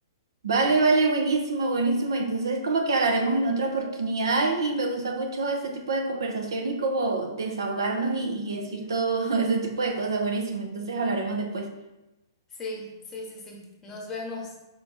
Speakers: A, on the right (about 75°); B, on the left (about 20°).
A: Vale, vale, buenísimo, buenísimo. Entonces como que hablaremos en otra oportunidad y me gusta mucho este tipo de conversación y como desahogarnos y, y decir todo <laughs> ese tipo de cosas, buenísimo. Entonces hablaremos después.
B: Sí, sí, sí, sí. Nos vemos.